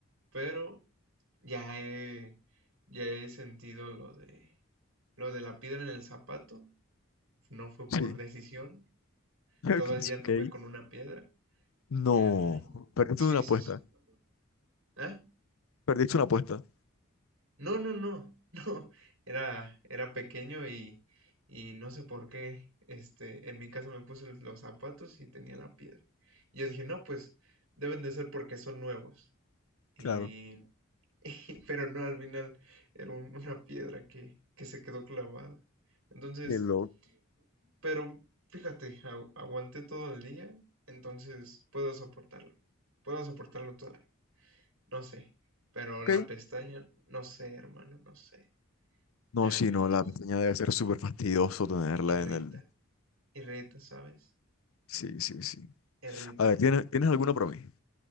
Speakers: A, on the right; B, on the left.
A: pero ya he, ya he sentido lo de, lo de la piedra en el zapato. No fue por
B: Sí.
A: decisión.
B: <laughs>
A: Todo el día anduve
B: Ok.
A: con una piedra.
B: No,
A: Em,
B: perdiste
A: sí,
B: una apuesta.
A: sí, sí. ¿Ah?
B: Perdiste una apuesta.
A: No, no, no, <laughs> no. Era, era pequeño y, y no sé por qué. Este, en mi casa me puse los zapatos y tenía la piedra. Y yo dije, no, pues deben de ser porque son nuevos. Y
B: Claro.
A: <laughs> Pero no, al final era un- una piedra que, que se quedó clavada. Entonces,
B: Qué loco.
A: pero fíjate, agu- aguanté todo el día, entonces puedo soportarlo. Puedo soportarlo toda la vida. No sé, pero
B: Ok.
A: la pestaña, no sé, hermano, no sé.
B: No,
A: Em,
B: sí, no, la pestaña debe ser súper fastidioso tenerla
A: irrita,
B: en el...
A: irrita, ¿sabes?
B: Sí, sí, sí.
A: Irrita.
B: A ver, ¿tienes, tienes alguna para mí?